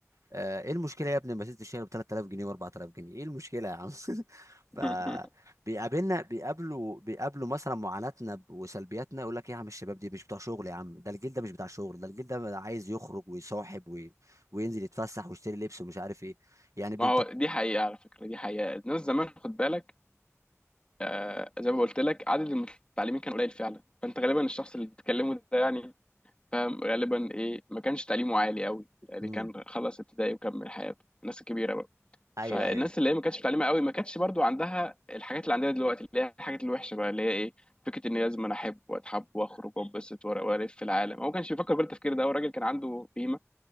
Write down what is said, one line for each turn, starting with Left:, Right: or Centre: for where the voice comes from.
Right: آه، ايه المشكله يا ابني ما ست الشهر ب 3000 جنيه و 4000 جنيه ايه المشكله يا عم <laughs>
Left: <laughs>
Right: ف بيقابلنا بيقابلوا بيقابلوا مثلا معاناتنا ب- وسلبياتنا يقول لك ايه يا عم الشباب دي مش بتوع شغل يا عم ده الجيل ده مش بتاع شغل ده الجيل ده عايز يخرج ويصاحب وي... وينزل يتفسح ويشتري لبس ومش عارف ايه يعني بنت
Left: ما هو دي حقيقة على فكرة دي حقيقة الناس زمان خد بالك آه زي ما قلت لك عدد المتعلمين كان قليل فعلا فأنت غالبا الشخص اللي بتتكلمه ده يعني فاهم غالبا إيه ما كانش تعليمه عالي قوي يعني
Right: امم
Left: كان خلص ابتدائي وكمل حياته الناس الكبيرة بقى
Right: ايوه
Left: فالناس
Right: ايوه
Left: اللي هي ما كانتش متعلمة قوي ما كانتش برضو عندها الحاجات اللي عندنا دلوقتي اللي هي الحاجات الوحشة بقى اللي هي إيه فكرة إن لازم أنا أحب وأتحب وأخرج وأنبسط وأر- وألف في العالم هو ما كانش بيفكر بالتفكير ده هو الراجل كان عنده قيمة